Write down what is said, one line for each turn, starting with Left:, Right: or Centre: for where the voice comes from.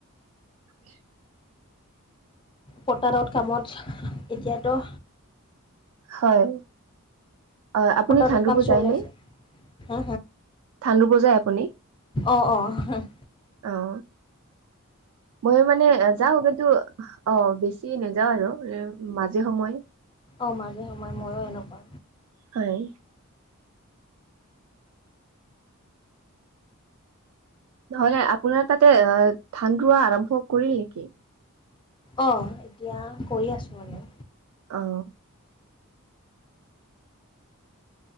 Right: <unintelligible>
Left: পতাৰত কামত, এতিয়াতো।
Right: হয়। হয়, আপুনি
Left: পতাৰৰ
Right: ধান
Left: কাম
Right: ৰুব
Left: চলি
Right: যায়নে?
Left: আছে হা
Right: ধান ৰুব যায় আপুনি?
Left: অহ', অহ'।
Right: অ ময়ো মানে যাওঁ, কিন্তু অহ। বেছি নাযাওঁ আৰু, এ মাজে সময়।
Left: অহ' মাজে সময় ময়ো এনেকুৱা।
Right: হয়। নহ'লে আপোনাৰ তাতে ধান ৰুৱা আৰম্ভ কৰিল নেকি?
Left: অহ' এতিয়া কৰি আছো মানে।
Right: অহ'।